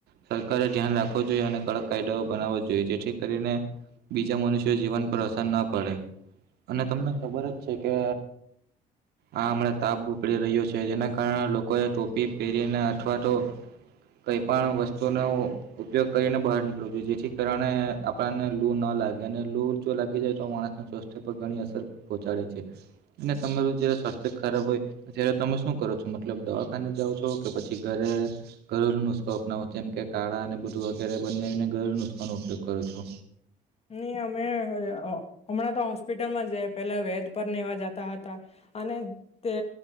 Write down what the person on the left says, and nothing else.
નહી અમે હમણાં તો હોસ્પિટલમાં જ પેલા વેદ પર નેવા જતા હતા. અને તે